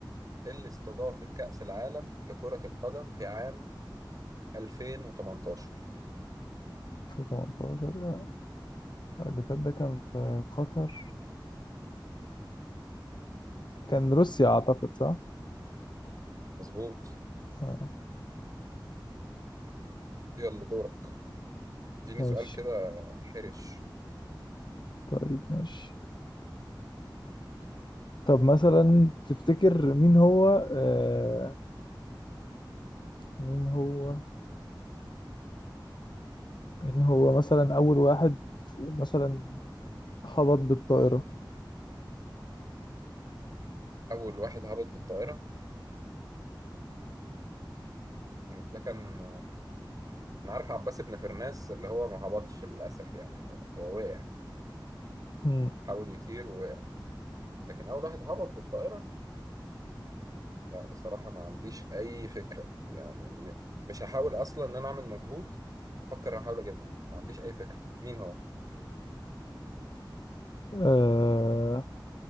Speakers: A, on the right; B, on the left.
A: اللي استضافت كأس العالم لكرة القدم في عام 2018
B: 2018 لا اللي فات ده كان في قطر كان روسيا أعتقد صح؟
A: مظبوط
B: آه.
A: يلا دورك اديني
B: ماشي
A: سؤال كده حرش
B: طيب ماشي طب مثلا تفتكر مين هو آه مين هو مين هو مثلا أول واحد مثلا خبط بالطائرة
A: أول واحد هبط بالطائرة مش ده كان أنا عارف عباس بن فرناس اللي هو ما هبطش للأسف يعني هو, هو وقع
B: مم.
A: حاول يطير ووقع لكن أول واحد هبط بالطائرة لا بصراحة ما عنديش أي فكرة يعني م... مش هحاول أصلا إن أنا أعمل مجهود أفكر أحاول أجيبها ما عنديش أي فكرة مين هو؟
B: آه